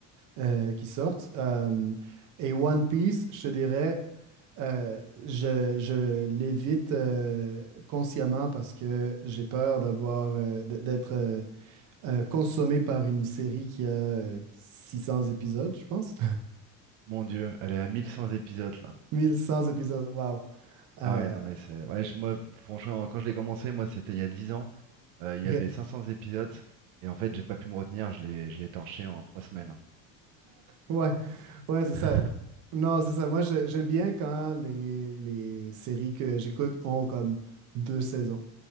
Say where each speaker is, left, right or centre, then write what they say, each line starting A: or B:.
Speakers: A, on the right; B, on the right.
A: euh, qui sortent. Euh, et One Piece, je te dirais, euh, je, je l'évite euh, consciemment parce que j'ai peur d'avoir. euh, d- d'être euh, euh, consommé par une série qui a euh, 600 épisodes, je pense.
B: Mon Dieu, elle est à 1100 épisodes
A: <laughs>
B: là.
A: mille cent épisodes, wow. Euh,
B: Ah ouais, non mais c'est. Ouais, je- moi, franchement, quand je l'ai commencé, moi, c'était il y a 10 ans. Euh, il y
A: ok.
B: avait
A: <laughs>
B: 500 épisodes et en fait, j'ai pas pu me retenir. Je l'ai, je l'ai torché en 3 semaines.
A: ouais, ouais, c'est
B: <laughs>
A: ça. Non, c'est ça. Moi, je- j'aime bien quand les, les séries que j'écoute ont comme deux saisons.